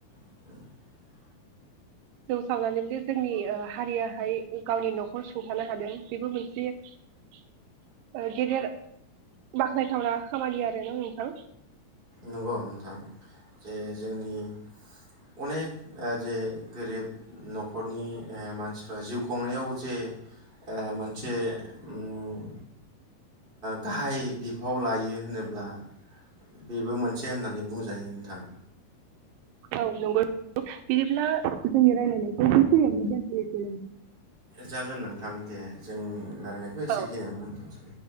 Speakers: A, on the right; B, on the right.
A: <unintelligible>
B: जौ सावनानै जोंनि ओ हारियाहाय गावनि न'खर सुंथानो हादों बेबो मोनसे ओ गेदेर बाख्नायथावना खामानि आरोना नोंथां।
A: नंगौ नोंथां जे जोंनि अनेक जे गोरिब न'खरनि ओ मानसिफ्रा जिउ खुंनायाव जे ओ मोनसे उम ओ गाहाय बिफाव लायो होनोब्ला बेबो मोनसे होननानै बुंजायो नोंथां।
B: औ नंगौ। बिदिब्ला जोंनि रायलायनायखौ बेखिनियावनो दोनथनिसै।
A: जागोन नोंथां दे जों रायलायनायखौ एसे
B: औ
A: खिनियावनो होनथ'निसै।